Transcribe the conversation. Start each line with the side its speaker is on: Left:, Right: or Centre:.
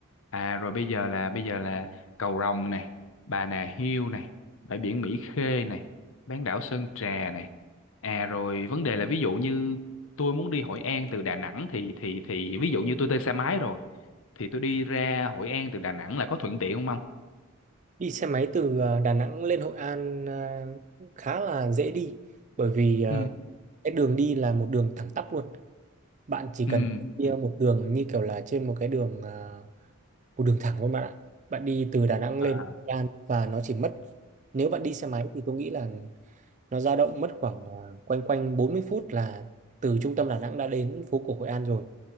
Left: À rồi bây giờ là bây giờ là Cầu Rồng này, Bà Nà Hills này, bãi biển Mỹ Khê này, bán đảo Sơn Trà này. À rồi vấn đề là ví dụ như tôi muốn đi Hội An từ Đà Nẵng thì thì thì ví dụ như tôi thuê xe máy rồi thì tôi đi ra Hội An từ Đà Nẵng là có thuận tiện không không?
Right: Đi xe máy từ ờ, Đà Nẵng lên Hội An ờ, khá là dễ đi bởi vì ờ,
Left: Ừ.
Right: cái đường đi là một đường thẳng tắp luôn. Bạn chỉ
Left: Ừ.
Right: cần đi
Left: ừ.
Right: một đường như kiểu là trên một cái đường ờ, một đường thẳng luôn bạn ạ. Bạn đi từ Đà Nẵng
Left: À.
Right: lên Hội An và nó chỉ mất nếu bạn đi xe máy thì tôi nghĩ là nó dao động mất khoảng ờ, quanh quanh 40 phút là từ trung tâm Đà Nẵng đã đến phố cổ Hội An rồi.